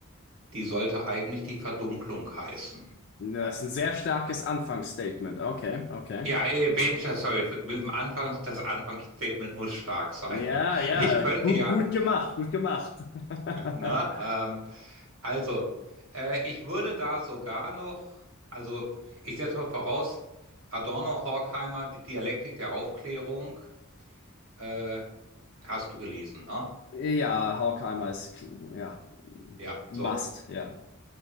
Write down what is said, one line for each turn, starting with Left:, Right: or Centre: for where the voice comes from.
Right: die sollte eigentlich die Verdunklung heißen.
Left: Das ist ein sehr starkes Anfangsstatement. Okay, okay.
Right: Ja, eh, Mensch, das soll mit dem Anfangs, das Anfangsstatement muss stark sein.
Left: Ja,
Right: <laughs>
Left: ja,
Right: Ich könnte
Left: gut,
Right: ja,
Left: gut gemacht, gut gemacht. <laughs>
Right: ne, ähm, also, äh, ich würde da sogar noch, also, ich setze mal voraus, Adorno, Horkheimer, die Dialektik der Aufklärung, äh, Hast du gelesen, ne?
Left: Ja, Horkheimer ist, kl- ja,
Right: Ja,
Left: must,
Right: so,
Left: ja.